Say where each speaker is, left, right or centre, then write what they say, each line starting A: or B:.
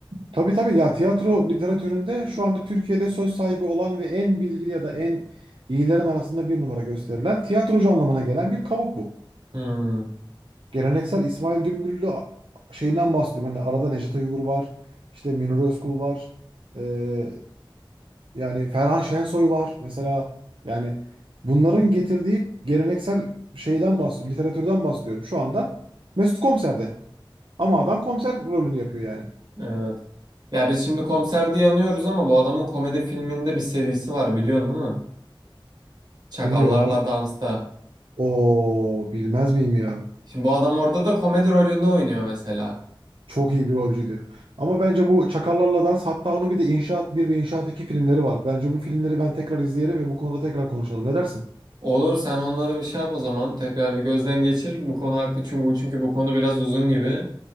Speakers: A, on the right; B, on the right.
A: Tabii tabii ya tiyatro literatüründe şu anda Türkiye'de söz sahibi olan ve en bilgili ya da en iyilerin arasında bir numara gösterilen tiyatrocu anlamına gelen bir kavuk bu.
B: Hmm,
A: geleneksel İsmail Dümbüllü şeyinden bahsediyorum. Hani arada Necdet Uygur var. işte Münir Özkul var. Ee, yani Ferhan Şensoy var. Mesela yani bunların getirdiği geleneksel şeyden bahsediyorum. Literatürden bahsediyorum. Şu anda Mesut Komiser'de. Ama adam komiser rolünü yapıyor yani.
B: evet. Ya biz şimdi komiser diye anıyoruz ama bu adamın komedi filminde bir serisi var biliyorsun değil mi? Çakallarla
A: Bilmiyorum ben.
B: Dans'ta.
A: O bilmez miyim ya?
B: Şimdi bu adam orada da komedi rolünde oynuyor mesela.
A: Çok iyi bir rolcüydü. Ama bence bu Çakallarla Dans hatta onun bir de İnşaat bir ve İnşaat 2 filmleri var. Bence bu filmleri ben tekrar izleyelim ve bu konuda tekrar konuşalım. Ne dersin?
B: Olur sen onları bir şey yap o zaman. Tekrar bir gözden geçir bu konu hakkı çünkü çünkü bu konu biraz uzun gibi.